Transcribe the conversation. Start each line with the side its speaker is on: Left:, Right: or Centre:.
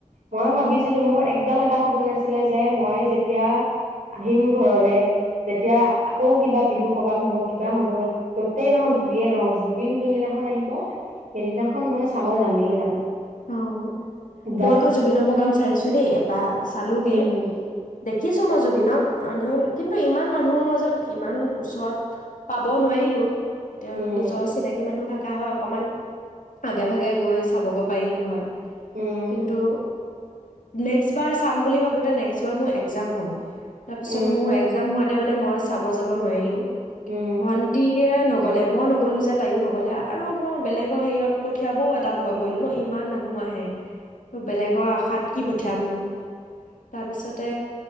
Right: মই ভাবিছিলো মোৰ একদম এটা সপোন আছিলে যে মই যেতিয়া আহিম ঘৰলে যেতিয়া আকৌ কিবা বিহু প্ৰগ্ৰাম হব কিবা হব জতেই নহওক
Left: উম
Right: যিয়ে নহওক জুবিন যোন দিনাখন আহিব সেইদিনাখন মই চাব যামেই যাম
Left: অ
Right: বাট
Left: মই আকৌ জুবিনৰ প্ৰগ্ৰাম চাইছো দেই এটা চালোগে
Right: উম
Left: দেখিছো মই জুবিনক ধৰি কিন্তু ইমান মানুহৰ মাজত ইমান ওচৰত পাব নোৱাৰিলো এতিয়া
Right: উম
Left: নিজৰ চিনাকি মানুহ তাক থকা হয় অকমান আগে ভাগে গৈ চাব গৈ পাৰিলোঁ হয়
Right: উম
Left: কিন্তু নেক্সট বাৰ চাম বুলি ভাবোতে নেক্সট বাৰ মোৰ একজাম হ'ল তাৰপিছত
Right: উম
Left: মোৰ এক্জামো তাতে মানে মই চাব যাব নোৱাৰিলোঁ
Right: উম
Left: ভণ্টিয়ে নগ গ'লে মই নগ'লো যে তায়ো নগ'লে আৰু মই বেলেগৰ হেৰিয়ত পঠিয়াবও এটা ভয় কৰিলোঁ নো ইমান মানুহ আহে বেলেগৰ আশাত কি পঠিয়ামনো তাৰপিছতে